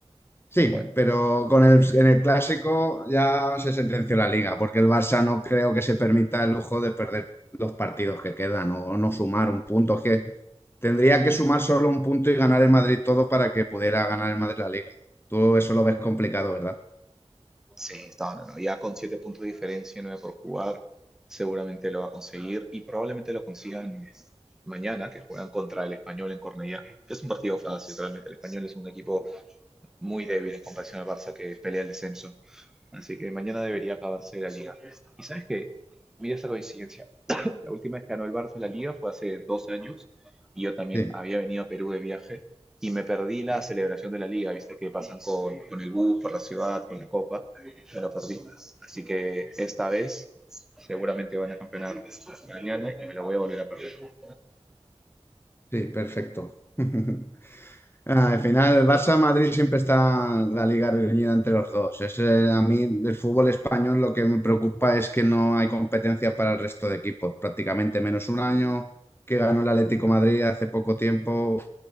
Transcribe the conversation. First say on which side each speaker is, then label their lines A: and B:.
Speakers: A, on the left; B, in the centre.
A: Sí,
B: Bueno,
A: pero con el, en el clásico ya se sentenció la liga, porque el Barça no creo que se permita el lujo de perder los partidos que quedan o no sumar un punto. Es que tendría que sumar solo un punto y ganar el Madrid todo para que pudiera ganar el Madrid la liga. Tú eso lo ves complicado, ¿verdad?
B: Sí, no, no, no. Ya con 7 puntos de diferencia, 9 por jugar, seguramente lo va a conseguir y probablemente lo consigan mañana, que juegan contra el Español en Cornellá. Es un partido fácil, realmente. El Español es un equipo muy débil en comparación al Barça que pelea el descenso. Así que mañana debería acabarse la liga. Y sabes qué, mira esta coincidencia. La última vez que ganó el Barça la Liga fue hace dos años y yo también
A: Sí,
B: había venido a Perú de viaje y me perdí la
A: sí,
B: celebración de la Liga, viste que pasan con, con el bus, por la ciudad, con la copa, me lo perdí. Así que esta vez seguramente van a campeonar mañana y me lo voy a volver a perder.
A: sí, perfecto. <laughs> Ah, al final, Barça-Madrid siempre está la liga reñida entre los dos. Es, eh, a mí del fútbol español lo que me preocupa es que no hay competencia para el resto de equipos. Prácticamente menos un año que ganó el Atlético Madrid hace poco tiempo,